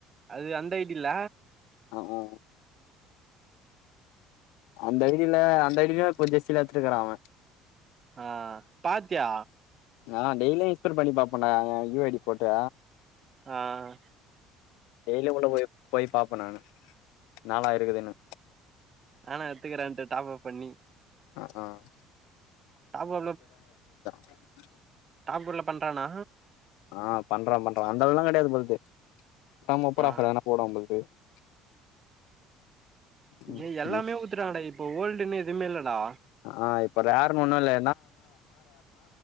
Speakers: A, on the right (about 25°); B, on the left (about 85°).
A: அது அந்த ஐடில்ல
B: ஆ ஆ அந்த ஐடில அந்த ஐடில கொஞ்சம்சில எத்துகுறான் அவன்
A: ஆஹ் பாத்யா
B: ஆஹ டெய்லியும் இன்ஸ்பெ்ட பண்ணி பாப்பண்டா யு ஐடி போட்டு
A: ஆஹ்
B: டெய்லி உள்ள போய் போய் பாப்பேன் நானு நாளாயிருக்குதுனு
A: நானா எத்துக்குறேன்ட்டு டாப்பாப் பண்ணி
B: ஆஹ் ஆஹ்
A: டாப்
B: <unintelligible>
A: டாப்புல பண்றானா
B: ஆஹ் பண்றோம் பண்றோம் அந்த அளவுலாம் கிடையாது போலது <unintelligible>
A: ஆ
B: போல்து
A: நீ எல்லாமே ஊதறங்கடா இப்ப ஓல்டுனு எதுமேல்லடா
B: ஆஹ் இப்ப ரேருனு ஒன்னுல்ல